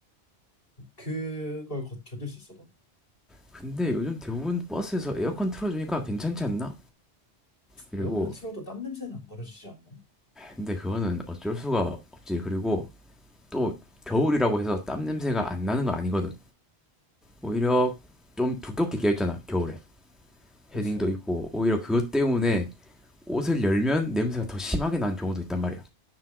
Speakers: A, on the left; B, in the centre.
A: 그걸 거- 견딜 수 있어도
B: 근데 요즘 대부분 버스에서 에어컨 틀어주니까 괜찮지 않나? 그리고
A: 에어컨을 틀어도 땀 냄새는 안 가려지지 않나?
B: 근데 그거는 어쩔 수가 없지. 그리고 또 겨울이라고 해서 땀 냄새가 안 나는 거 아니거든. 오히려 좀 두껍게 껴있잖아 겨울에.
A: 그치?
B: 헤딩도 있고, 오히려 그것 때문에 옷을 열면 냄새가 더 심하게 나는 경우도 있단 말이야.